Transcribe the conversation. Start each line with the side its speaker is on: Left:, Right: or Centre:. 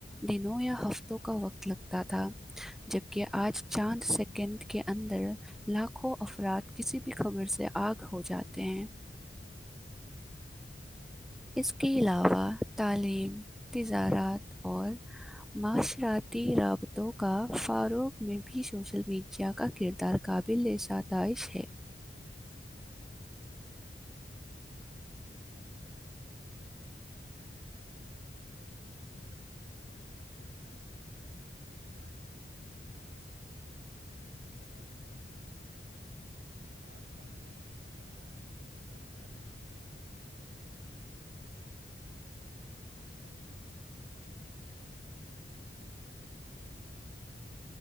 Centre: دنوں یا ہفتوں کا وقت لگتا تھا
Right: بالکل
Centre: جبکہ آج چند سیکنڈ کے اندر لاکھوں افراد کسی بھی خبر سے آگاہ ہو جاتے ہیں اس کے علاوہ تعلیم تجارت اور معاشرتی رابطوں کا فاروغ میں بھی سوشل میڈیا کا کردار تر قابل ستائش ہے
Right: جی جی یقینن آپ نے بالکل درست فرمایا اور اس میں کوئی شک نہیں کہ سوشل میڈیا نے تعلیم کے میدان میں بھی آ، انقلابی تبدیلی پیدا کی ہے آج طلب دنیا باہر دنیا بھر کے آ، کے لیکچرس دیکھ سکتے ہیں آن لائن کورسز میںشن شرکت کر سکیں اور مختلف علم و فن